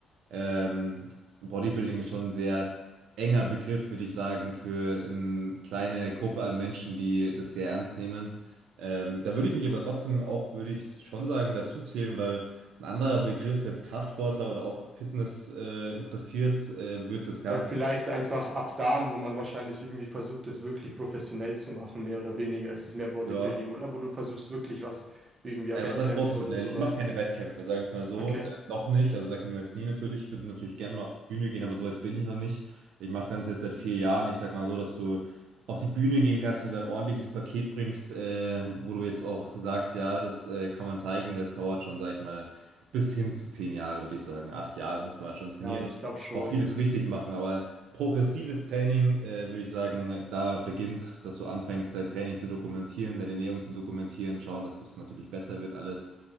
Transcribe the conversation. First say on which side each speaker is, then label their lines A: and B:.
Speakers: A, on the right (about 85°); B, on the right (about 40°).
A: Ähm, Bodybuilding ist schon ein sehr enger Begriff, würde ich sagen, für eine kleine Gruppe an Menschen, die das sehr ernst nehmen. Ähm, da würde ich mich aber trotzdem auch, würde ich schon sagen, dazu zählen, weil ein anderer Begriff, jetzt Kraftsportler oder auch Fitness, äh, interessiert, äh, wird das Ganze,
B: Ja, vielleicht einfach ab da, wo man wahrscheinlich irgendwie versucht, das wirklich professionell zu machen, mehr oder weniger. Es ist mehr Bodybuilding,
A: ja.
B: oder? Wo du versuchst wirklich was, irgendwie ja,
A: Naja,
B: Wettkämpfe
A: was heißt professionell?
B: oder sowas.
A: Ich mache keine Wettkämpfe, sagen wir es mal so.
B: Okay.
A: Äh, noch nicht, also sagt niemals nie natürlich. Ich würde natürlich gerne mal auf die Bühne gehen, aber so weit bin ich noch nicht. Ich mache das Ganze jetzt seit vier Jahren. Ich sag mal so, dass du auf die Bühne gehen kannst und ein ordentliches Paket bringst, äh, wo du jetzt auch sagst, ja, das äh, kann man zeigen. Das dauert schon, sag ich mal, bis hin zu zehn Jahre, würde ich sagen. Acht Jahre muss man schon trainieren,
B: Ja, ich glaube schon.
A: auch vieles richtig machen. Aber progressives Training, äh, würde ich sagen, da beginnst, dass du anfängst, dein Training zu dokumentieren, deine Ernährung zu dokumentieren, schauen, dass es natürlich besser wird alles.